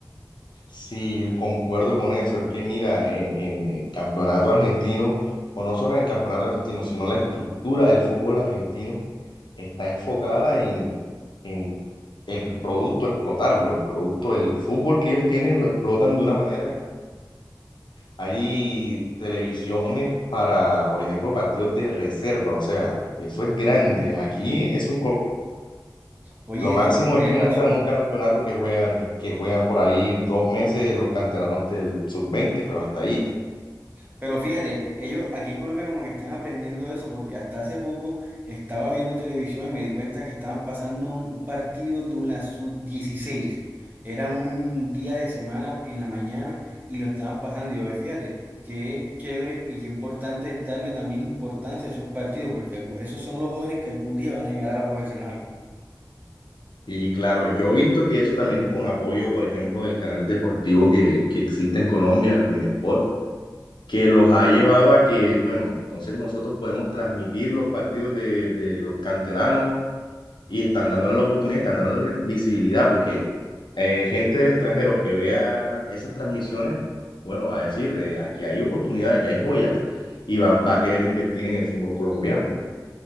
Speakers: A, on the left; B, on the right.
A: Sí, concuerdo con eso. Es que mira, en, en el campeonato argentino, o no solo en el campeonato argentino, sino la estructura del fútbol argentino está enfocada en, en el producto, explotarlo, el producto, el fútbol que ellos tienen lo explotan de una manera. Hay televisiones para, por ejemplo, partidos de reserva, o sea, eso es grande. Aquí es un
B: Oye,
A: Lo máximo
B: sí, tienes
A: es que muestran
B: razón.
A: un campeonato que juegan, que juegan por ahí dos meses los canteranos del sub-20, pero hasta ahí.
B: Pero fíjate, ellos aquí en Colombia como que están aprendiendo eso porque hasta hace poco estaba viendo televisión y me di cuenta que estaban pasando un, un partido de la sub dieciséis Era un día de semana en la mañana y lo estaban pasando. Y yo, "Ve, fíjate, qué chévere y qué importante es darle también importancia a esos partidos porque algu- esos son los jóvenes que algún día van a llegar a la profesional.
A: Y claro, yo he visto que eso también es con apoyo, por ejemplo, del canal deportivo que, que existe en Colombia, el Winsport, que los ha llevado a que, bueno, entonces nosotros podemos transmitir los partidos de, de los canteranos y están dándole la oportunidad, están dándole visibilidad, porque eh, gente del extranjero que vea esas transmisiones, bueno, va a decir, eh, aquí hay oportunidades, aquí hay joyas, y va, va a querer invertir en el fútbol colombiano.